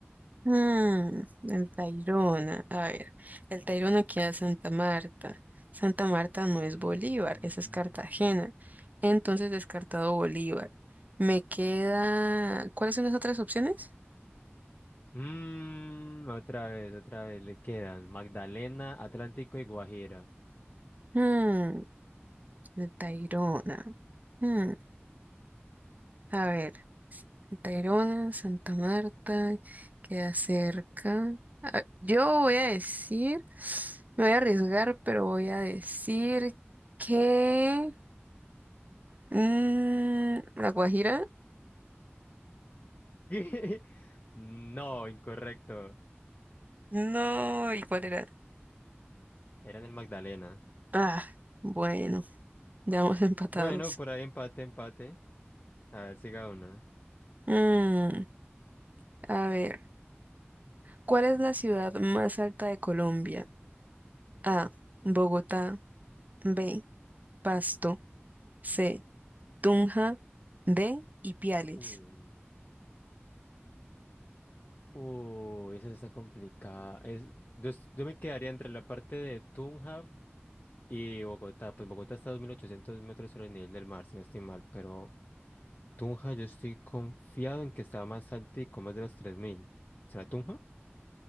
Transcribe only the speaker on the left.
Mm,
mm, otra vez, otra vez, le quedan Magdalena, Atlántico y Guajira.
<laughs> No, incorrecto.
Era en el Magdalena.
Bueno, por ahí empate, empate. A ver, siga una.
Uy. Uy, esa está complicada. Es, yo, s- yo me quedaría entre la parte de Tunja Y Bogotá, pues Bogotá está a 2.800 metros sobre el nivel del mar, si no estoy mal, pero Tunja yo estoy confiado en que está más alto y con más de los 3.000. ¿Será Tunja?